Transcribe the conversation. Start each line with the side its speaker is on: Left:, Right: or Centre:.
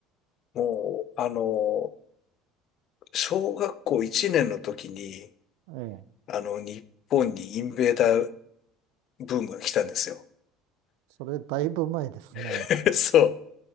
Left: もう、あの、小学校1年の時に、
Right: ええ。
Left: あの、日本にインベーダーブームが来たんですよ。
Right: それだいぶ前ですね。
Left: <laughs> そ